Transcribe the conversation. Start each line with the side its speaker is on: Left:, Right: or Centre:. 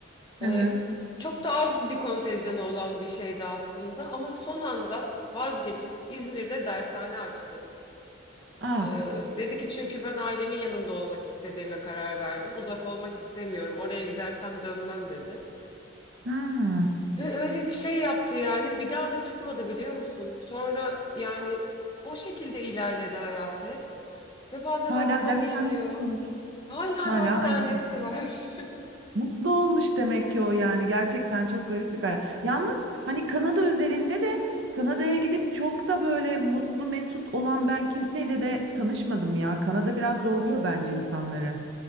Right: Hı
Left: Ee,
Right: hı.
Left: çok da az bir kontenjanı olan bir şeydi aslında ama son anda vazgeçip İzmir'de dershane açtı.
Right: Ah.
Left: Ee, dedi ki çünkü ben ailemin yanında olmak istediğime karar verdim. Uzak olmak istemiyorum. Oraya gidersem dönmem dedi.
Right: Ha,
Left: Ve öyle bir şey yaptı yani. Bir daha da çıkmadı biliyor musun? Sonra yani o şekilde ilerledi hayatı hep. Ve bazen
Right: hala
Left: aklıma
Right: dershanesi
Left: geliyor.
Right: mi var?
Left: Hala
Right: Hala
Left: dershanesi
Right: aynı şey.
Left: var. <laughs>
Right: Mutlu olmuş demek ki o yani gerçekten çok garip bir karar. Yalnız hani Kanada özelinde de Kanada'ya gidip çok da böyle mutlu mesut olan ben kimseyle de tanışmadım ya. Kanada biraz zorluyor bence insanları.